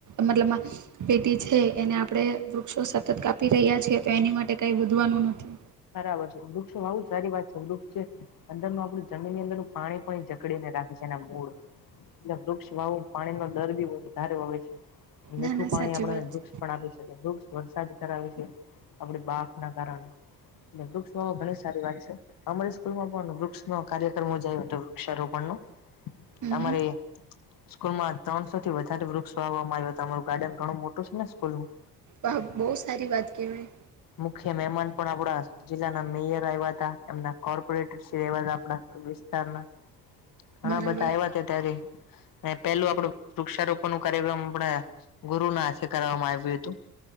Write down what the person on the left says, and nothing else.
બરાબર છે, વૃક્ષો વાવવું સારી વાત છે. વૃક્ષ છે અંદરનું આપણું જમીનની અંદર- - પાણી પણ જકડીને રાખે છે, એના મૂળ- - એટલે વૃક્ષ વાવું પાણી નો દર બી વધારે હોય છે. મીઠું
પાણી
આપણને
વૃક્ષ પણ આપી શકે, વૃક્ષ વરસાદ ધરાવે છે, આપડી બાફ ના કારણે. વૃક્ષ વાવવા ઘણી સારી વાત છે. અમારી સ્કૂલમાં પણ વૃક્ષ ન કાર્ય- - જાય હતો, વૃક્ષારોપણ ન
અમારે-
- સ્કૂલ માં ત્રણસો થી વધારે વૃક્ષ વાવવામાં આવ્યા હતા, મારું ગાર્ડન ઘણું મોટું છે ને સ્કૂલ નું.
મુખ્ય મહેમાન પણ આપડા જિલ્લાના મેયર આવ્યા હતા. એમના કોર્પોરેટર એવા આપડા વિસ્તારના ઘણા
બધા આવ્યા હતા ત્યારે. પેલું આપડું વૃક્ષારોપણ નું કાર્યક્રમ આપડા ગુરુ ના હાથે કરવામાં આવ્યું હતું.